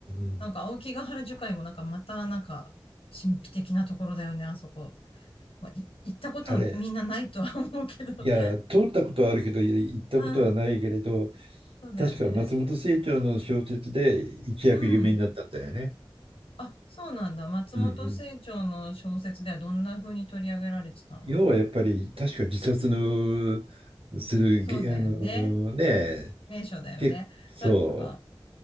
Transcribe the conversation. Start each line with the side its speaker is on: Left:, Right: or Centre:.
Right: ん。
Left: なんか青木ヶ原樹海もなんかまた、なんか、神秘的なところだよね、あそこ。まあ、い行ったことはみんなないとは
Right: あれ、
Left: <laughs> 思うけど。<laughs>
Right: いや、通ったことはあるけど、い行ったことはないけれど、
Left: うん、そうだよね。
Right: 確か松本清張の小説で一躍有名になったんだよね。
Left: うん。あ、そうなんだ。松本清張の小説ではどんな風に取り上げられてたの
Right: うんうん。要はやっぱり、確か自殺のする、
Left: そうだよね。
Right: げあのね、
Left: 名所だよね。
Right: 結そう。
Left: なんか、